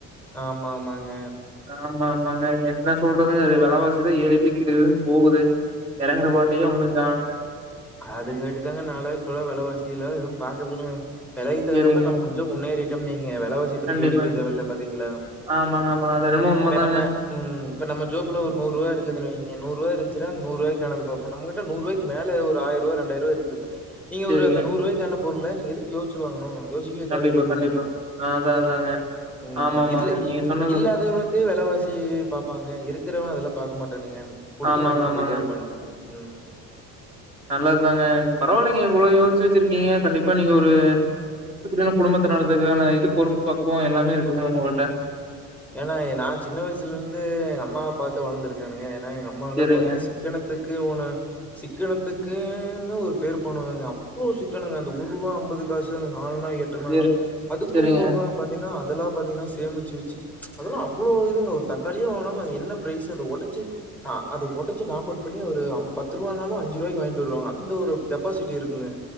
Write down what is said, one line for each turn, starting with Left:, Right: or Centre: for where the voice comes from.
Centre: ஆமா ஆமாங்க
Right: ஆமா, ஆமாங்க. என்ன சொல்றதுங்க? அது வெலவாசிதா ஏறிட்டு கிடுகிடுன்னு போகுது. எறங்கற பாட்டயே ஒண்ணு காணுங்க
Centre: அதுங்காட்டிதாங்க நா எல்லா இப்பல்லா வெலவாசில்லா எதும் பாக்கறதுங்க வெலைக்கி தகுந்த
Right: சரிங்க.
Centre: மாரி நம்ம கொஞ்சொ முன்னேறிட் டும் நீ க வெலவாசி பத்தி
Right: கண்டிப்பாங்க.
Centre: யோசிக்க தேவ இல்ல பாத்தீங்களா.
Right: ஆமாங்க, ஆமாங்க. அது என்னமோ உண்மதாங்க.
Centre: இப்ப நம்ம உம் இப்ப நம்ம ஜோப்ல ஒரு நூறு ரூவா இருக்குதுனு வைங்க நூற் ரூவா இருந்ச்சுன்னா அந்த நூறு ரூவாய்க்கானது பாப்போ நம்மகிட்ட நூறு ரூவாய்க்கு மேல ஒரு ஆயிர் ரூவா ரெண்டாயிர் ரூவா இருக்குது நீங்க
Right: சரிங்க.
Centre: ஒரு அந்த நூற் ரூவாய்க்கு அனுப் பொருள நீங்க எதுக்கு யோசுச்சு வாங்கணு யோசிக்கவே தேவையில்லயேங்கிறே
Right: கண்டிப்பா, கண்டிப்பாங்க. அதான் அதாங்க.
Centre: உம்
Right: ஆமாமாங்க.
Centre: இதுல இல்
Right: நீங்க சொன்னது
Centre: இல்லாதவனுக்கு வெலவாசி பாப்பாங்க இருக்கிறவ அதெல்லா பாக்க மாட் ப்பனுங்க குடுத்து
Right: ஆமாங்க
Centre: வாங்கிட்டு
Right: ஆமாங்க.
Centre: போயிட்டே இருப்பானுங்க உம்
Right: நல்லது தாங்க பரவாயில்லைங்க இவ்ளோ யோச்சு வச்சிருக்கீங்க கண்டிப்பா நீங்க ஒரு <unintelligible> குடும்பத்த நடத்துறதுக்கான இது பொறுப் பக்குவ எல்லாமே இருக்குதுங்க உங்கள்ட்ட
Centre: ஏன்னா ஏ நா சின்ன வயசுல இருந்து எங்க அம்மாவப் பாத்து வளர்ந்திருக்கேனுங்க எனா எங்க அம்மாவல்லா
Right: சரிங்க,
Centre: பாத்தீங்கன்னா சிக்கனத்துக்கு ஓன சிக்கனத்துக் க்குன்னு ஒரு பேரு போனவங்க அப்ளோ ஒரு சிக்கனொங்க அந்த ஒரு ரூவா அம்பது காசு அந்த நாலனா எட்டனா
Right: சரிங்க,
Centre: அதுக்கும்
Right: சரிங்க.
Centre: போக பாத்தீங்ன்னா இதெல்லா பாத்தீங்கன்னா சேமிச்சு வெச்சு அதெல்லா அவ்ளோ இதுங்க ஒரு தக்காளியே வாங்கினாலு அது என்ன ப்ரைஸு அத ஒடச்சு அஹ் அத ஒடச்சு நாக் அவுட் பண்ணி ஒரு அம் பத்து ரூவாயிருந்தாலு அஞ்சு ரூவாய்க்கு வாங்கிட்டு வருவாங்க அந்த ஒரு கெப்பாசிட்டி இருக்குங்க